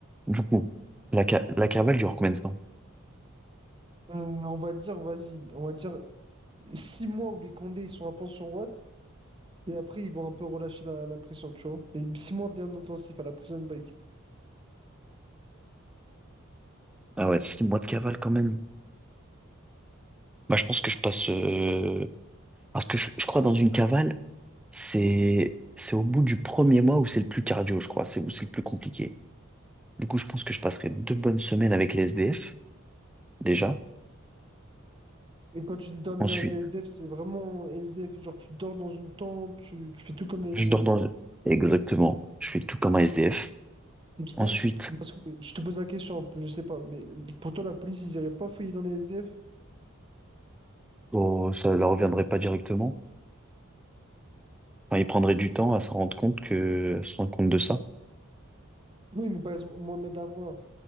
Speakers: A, in the centre; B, on the right.
A: du coup, la, ca- la cavale dure combien de temps?
B: euh, on va dire, vas-y, on va dire six mois où les Condés ils sont à fond sur Watt. Et après, ils vont un peu relâcher la, la pression, tu vois. Mais six mois bien intensif à la prison break.
A: Ah ouais, six mois de cavale quand même. Bah, je pense que je passe. euh, Parce que je, je crois dans une cavale. C'est c'est au bout du premier mois où c'est le plus cardio, je crois. C'est où c'est le plus compliqué. Du coup, je pense que je passerai deux bonnes semaines avec les SDF, déjà.
B: Mais quand tu dis dormir
A: Ensuite,
B: avec les SDF, c'est vraiment SDF. Genre, tu dors dans une tente, tu, tu fais tout comme les SDF.
A: je dors dans... Exactement. Je fais tout comme un SDF.
B: Et tu penses,
A: Ensuite,
B: parce que je te pose la question, un peu, je sais pas, mais pour toi, la police, ils iraient pas fouiller dans les SDF?
A: oh, ça leur reviendrait pas directement. Enfin, ils prendraient du temps à se rendre compte que... se rendre compte de ça.
B: Oui, mais par exemple, Mohamed Amra,